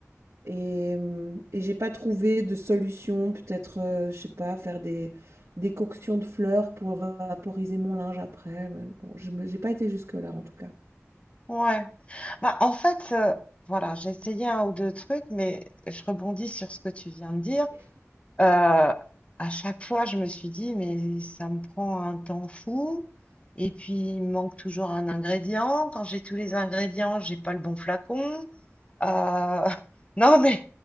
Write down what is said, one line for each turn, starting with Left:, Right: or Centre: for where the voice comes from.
Right: Et, hem et j'ai pas trouvé de solution, peut-être, heu, je sais pas, faire des des coctions de fleurs pour vaporiser mon linge après, mais bon, je me j'ai pas été jusque-là, en tout cas.
Left: ouais. Bah, en fait, euh, voilà, j'ai essayé un ou deux trucs, mais je rebondis sur ce que tu viens de dire. Euh, à chaque fois, je me suis dit, mais ça me prend un temps fou. Et puis, il me manque toujours un ingrédient. Quand j'ai tous les ingrédients, j'ai pas le bon flacon. Euh, <laughs> non, mais